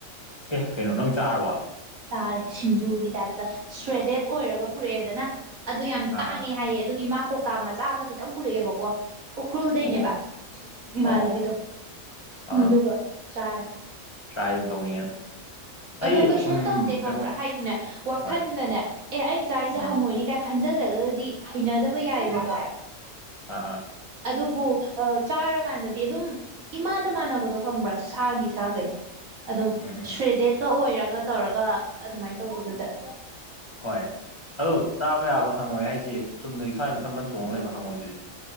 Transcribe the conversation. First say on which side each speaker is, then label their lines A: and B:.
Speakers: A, on the left (about 20°); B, on the right (about 85°).
A: ꯑꯦ ꯀꯩꯅꯣ ꯅꯪ ꯆꯥꯔꯕꯣ
B: ꯆꯥꯔꯦ ꯁꯤꯡꯖꯨꯒꯤ ꯇꯥꯏꯞꯇ
A: ꯑꯁ
B: ꯁ꯭ꯔꯦꯗꯦꯠ ꯑꯣꯏꯔꯒ ꯄꯨꯔꯛꯑꯦꯗꯅ ꯑꯗꯨ ꯌꯥꯝ
A: ꯑꯥ
B: ꯇꯥꯡꯉꯦ
A: ꯑꯥ
B: ꯍꯥꯏꯌꯦ ꯑꯗꯨꯒꯤ ꯃꯥ ꯀꯧꯇꯥ ꯃꯆꯥ ꯑꯃꯗ ꯈꯤꯇꯪ ꯄꯨꯔꯛꯑꯦꯕꯀꯣ ꯎꯈ꯭ꯔꯨꯜꯗꯩꯅꯦꯕ
A: ꯑꯣ
B: ꯏꯃꯥꯟꯅꯕꯤꯗꯣ
A: ꯑꯣ ꯑꯣ ꯑꯥ
B: ꯑꯗꯨꯒ ꯆꯥꯔꯦ
A: ꯇ꯭ꯔꯥꯏ ꯇꯧꯅꯤꯡꯉꯦ
B: ꯑꯗꯣ
A: ꯑꯩ
B: ꯀꯩꯁꯨꯝ
A: ꯎꯝ
B: ꯇꯧ ꯇꯧꯗꯦ ꯈꯪꯕ꯭ꯔꯥ
A: ꯀꯩꯅꯣ
B: ꯍꯥꯏꯗꯨꯅꯦ ꯋꯥꯈꯟꯗꯅꯦ
A: ꯍꯣꯏ
B: ꯑꯦ ꯑꯩꯩꯅ ꯆꯥꯛꯁꯦ
A: ꯎꯝ
B: ꯍꯪꯉꯣꯏꯅꯤ ꯀꯥꯏꯅ ꯈꯟꯖꯜꯂꯒꯗꯤ ꯍꯩꯅꯗꯕ ꯌꯥꯏꯕꯀꯣ
A: ꯎꯝ ꯑꯥ ꯑꯥ
B: ꯑꯗꯨꯕꯨ ꯆꯥꯔꯀꯥꯟꯗꯗꯤ ꯑꯗꯨꯝ ꯏꯃꯥꯠꯗ ꯃꯥꯟꯅꯕꯗꯣ ꯈꯪꯕ꯭ꯔꯥ ꯁꯥꯒꯤ ꯁꯥꯈꯩ ꯑꯗꯨꯝ
A: ꯎꯝ ꯎꯝ
B: ꯁꯔꯤꯗꯦꯠꯀ ꯑꯣꯏꯔꯒ ꯇꯧꯔꯒ ꯑꯗꯨꯃꯥꯏꯅ ꯇꯧꯕꯗꯨꯗ
A: ꯍꯣꯏ ꯑꯗꯨ ꯆꯥꯕ ꯌꯥꯕ ꯍꯪꯉꯣꯏ ꯍꯥꯏꯁꯤ ꯆꯨꯝꯅꯒꯤ ꯁ꯭ꯋꯥꯏꯗ ꯐꯟ ꯐꯟ ꯆꯣꯡꯉꯒ ꯂꯩꯕ ꯍꯪꯉꯣꯏꯗꯦ